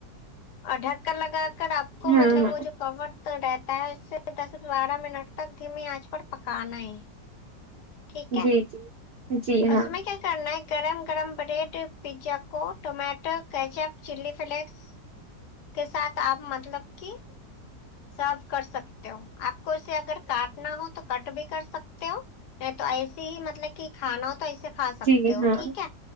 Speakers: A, on the left (about 70°); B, on the right (about 80°).
A: اور ڈھکن لگا کر آپ کو
B: ہاں
A: مطلب
B: ہاں
A: وہ جو کور تو رہتا ہے اس سے دس بارہ منٹ تک دھیمی آنچ پر پکانا ہے ٹھیک ہے
B: جی جی جی ہاں
A: اس میں کیا کرنا ہے گرم گرم بریڈ پیزا کو ٹومیٹو کیچپ چلی فلیکس کے ساتھ آپ مطلب کی سرو کرسکتے ہو آپ کو اسے اگر کاٹنا ہو تو کٹ بھی کر سکتے ہو تو ایسے ہی مطلب کہ کھانا ہو تو ایسے کھا سکتے
B: جی
A: ہو
B: ہاں
A: ٹھیک ہے